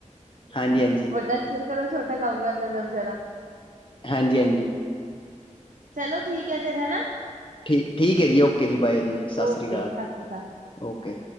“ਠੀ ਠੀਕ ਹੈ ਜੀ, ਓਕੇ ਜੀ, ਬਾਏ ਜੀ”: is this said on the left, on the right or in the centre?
Left